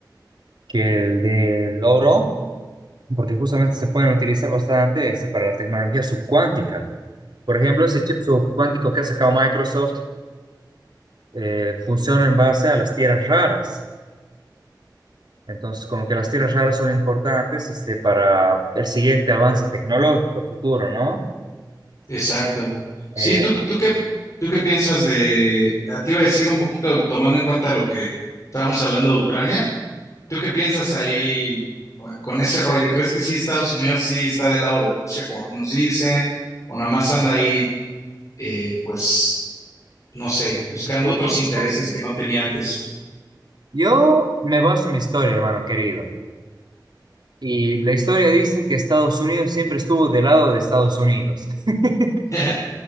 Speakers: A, on the right; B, on the left.
A: que el del oro, porque justamente se pueden utilizar bastante este, para la tecnología subcuántica. Por ejemplo, ese chip subcuántico que ha sacado Microsoft eh, funciona en base a las tierras raras. Entonces, como que las tierras raras son importantes este, para el siguiente avance tecnológico futuro, ¿no?
B: Exacto.
A: Eh,
B: Sí, ¿tú, tú qué, tú qué piensas de, a ti iba a decir un poquito tomando en cuenta lo que estábamos hablando de Ucrania, ¿tú qué piensas ahí con ese rollo? ¿Crees que sí Estados Unidos sí está del lado de Rusia, como algunos dicen, o nada más anda ahí, eh, pues, no sé, buscando
A: yo,
B: otros intereses que no tenía antes?
A: yo me baso en mi historia, hermano querido. Y la historia dice que Estados Unidos siempre estuvo del lado de Estados Unidos. <laughs>
B: <laughs>